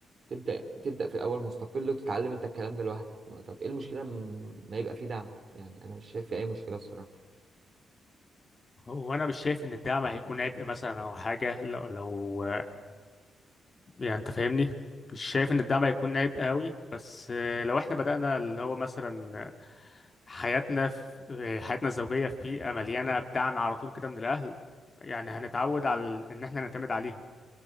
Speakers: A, on the right; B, on the left.
A: تبدا في الاول مستقل وتتعلم انت الكلام ده لوحدك ما- طب ايه المشكله م- ما يبقى فيه دعم يعني انا مش شايف في اي مشكله الصراحه
B: هو أنا مش شايف إن الدعم هيكون عبء مثلا أو حاجة لو, لو يعني أنت فاهمني مش شايف إن الدعم هيكون عبء قوي بس آه، لو إحنا بدأنا اللي هو مثلا آه، حياتنا في آه، حياتنا الزوجية في بيئة مليانة بدعم على طول كده من الأهل يعني هنتعود على إن إحنا نعتمد عليهم